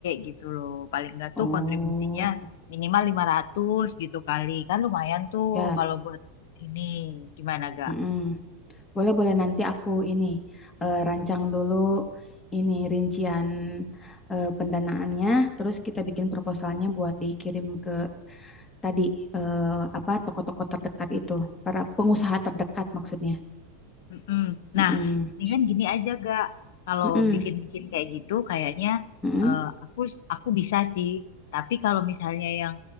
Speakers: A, on the left; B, on the left.
A: gitu loh. Paling enggak
B: Oh,
A: tuh kontribusinya minimal 500 gitu kali. Kan lumayan tuh
B: siap.
A: kalau buat ini gimana ga?
B: Mm-mm. Boleh, boleh. Nanti aku ini eh, rancang dulu ini rincian eh, pendanaannya. Terus kita bikin proposalnya buat dikirim ke tadi eh, apa toko-toko terdekat itu, para pengusaha terdekat maksudnya.
A: Mm-mm.
B: Mm-mm.
A: Nah, mendingan gini aja gak kalau
B: Mm-mm.
A: bikin-bikin kayak gitu, kayaknya
B: Mm-mm.
A: eh, aku aku bisa sih. Tapi kalau misalnya yang